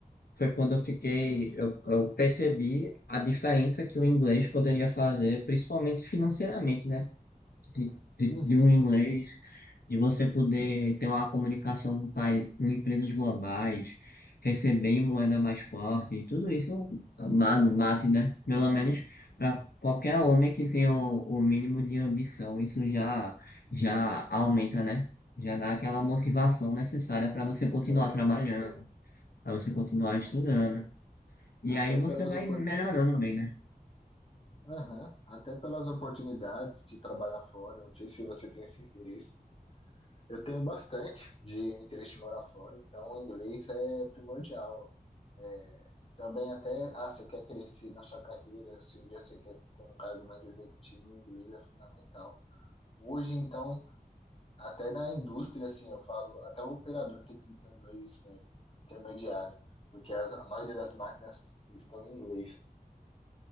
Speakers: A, on the left; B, on the left.
A: foi quando eu fiquei, eu, eu percebi a diferença que o inglês poderia fazer, principalmente financeiramente, né? de, de,
B: Uhum,
A: de um inglês, de você poder ter uma comunicação com, país, com empresas globais, receber em moeda mais forte, e tudo isso ma- bate, né? Pelo menos para qualquer homem que tenha o, o mínimo de ambição, isso já, já aumenta, né? Já dá aquela motivação necessária para você continuar
B: sim.
A: trabalhando, para você continuar estudando.
B: A-
A: E
B: Até
A: aí você
B: pelas
A: vai
B: opor...
A: melhorando bem, né?
B: Aham, até pelas oportunidades de trabalhar fora, não sei se você tem esse interesse. Eu tenho bastante de interesse de morar fora, então o inglês é primordial. É, Também até, ah, você quer crescer na sua carreira, se um dia você quer ter um cargo mais executivo, o inglês é fundamental. Hoje, então, até na indústria, assim, eu falo, até o operador tem que ter um inglês né, intermediário, porque as- a maioria das máquinas estão em inglês.